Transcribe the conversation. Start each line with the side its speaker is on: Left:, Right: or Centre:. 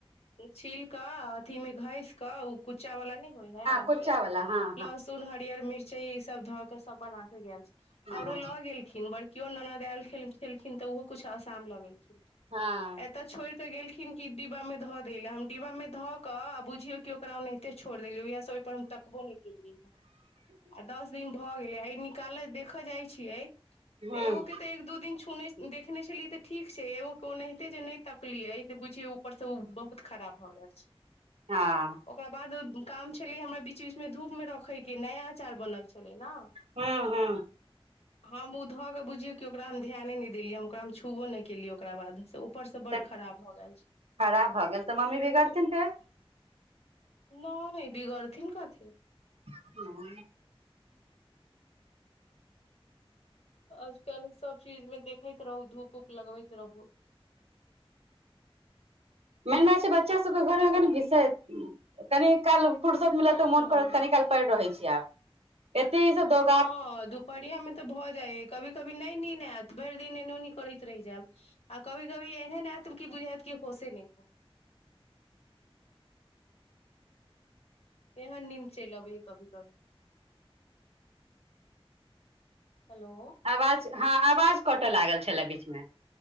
Left: छील क, अथी मे घैस कऽ, ओ कुच्चा वाला नहि होय हय, आम
Right: कुच्चा
Left: के
Right: ला, हँ- हँ,
Left: लहसुन हरियर मिर्ची, इसब धक सब बना के गेल छय,
Right: हँ
Left: औरो
Right: हँ
Left: लो गेल थिन, बड़कियो ननद आयल छल छलखिन, तऽ ओहो किछु आसाम लऽ गेलखिन,
Right: हँ,
Left: एत छोड़ के गेलखिन कि डिब्बा मे ध दैला, हम डिब्बा मे ध के आ बुझियो की, ओकरा ओनाहिते छोड़ देलिय, ओएहा स ओय पर हम तकबो नहि <unintelligible> आ दस दिन भऽ गेलै, आ निकालऽ, देखऽ जाइ छियै,
Right: हँ
Left: एगोके तऽ, एक दू दिन छुने देखने छलियै तऽ ठीक छै, एगो के ओनाहिते जे नहि तकलिये से बुझिये, ऊपर से ओ बहुत खराब भए गेल छै,
Right: हाँ,
Left: ओकरा बाद काम छलै, हमरा बीच -बीचमे धूप मे रोखे के, नया अचार बनल छलै ने,
Right: हँ -हँ,
Left: हम ओ धऽ केऽ बुझियौ कि ओकरा, हम ध्यान नहि देलियै, हम ओकरा हम छुबो नहि केलियै, ओकरा बाद ऊपर से
Right: तऽ
Left: बड खराब भए गेल छै,
Right: खराब भऽ गेल तऽ मम्मी बिगड़थिन फेर।
Left: नै बिगड़थिन कथी।
Right: हां।
Left: आज-कल सब चीज मे देखैत रहु, धूप-उप लगबैत रहु।
Right: मेन बात छै बच्चा सबके घर मे कनि विषय उम्म कनि काल फुरसत
Left: हूँ
Right: मिलत ते मोन करत कनी काल पैड़ रहै छी आब, एते ई सब द
Left: हां दुपहरिया मे तऽ भऽ जाय अय, कभी-कभी नै नींद आएत, भैर दिन एनै ओनी करैत रैह जाएब। आ कभी-कभी एहन आएत कि बुझाएत कि होशे नै एहेन नींद चैल आबैया कभी-कभी। हेलो।
Right: अवाज हां अवाज कटऽ लागल छलाए बीच मे।